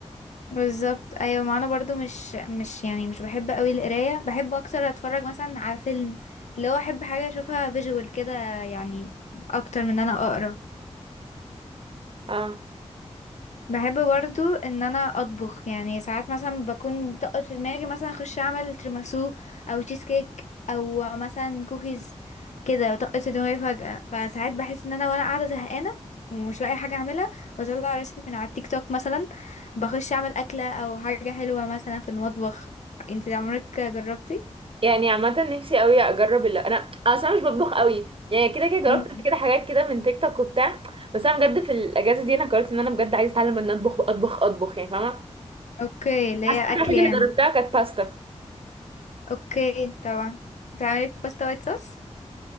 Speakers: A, on the left; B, on the right.
A: بالظبط ايوه ما انا برضو مش مش يعني مش بحب قوي القرايه بحب اكتر اتفرج مثلا على فيلم اللي هو احب حاجه اشوفها فيجوال كده يعني اكتر من ان انا اقرا
B: <laughs> اه
A: بحب برضو ان انا اطبخ يعني ساعات مثلا بكون طقت في دماغي مثلا اخش اعمل تيراميسو او تشيز كيك او مثلا كوكيز كده طقت في دماغي فجأة فساعات بحس ان انا وانا قاعدة زهقانة ومش لاقي حاجة اعملها واطلع ريسبي من على التيك توك مثلا بخش اعمل اكلة او حاجة حلوة مثلا في المطبخ انت عمرك جربتي
B: يعني عامة نفسي قوي اجرب اللي انا أنا اصلا مش بطبخ قوي يعني كده كده جربت
A: مم.
B: قبل كده حاجات كده من تيك توك وبتاع بس انا بجد في الاجازة دي انا قررت ان انا بجد عايزة اتعلم ان اطبخ اطبخ اطبخ يعني فاهمة
A: اوكي اللي
B: حاسة
A: هي
B: إن
A: اكل
B: الحاجة
A: يعني
B: اللي جربتها كانت باستا
A: اوكي طبعا بتعملي باستا وايت صوص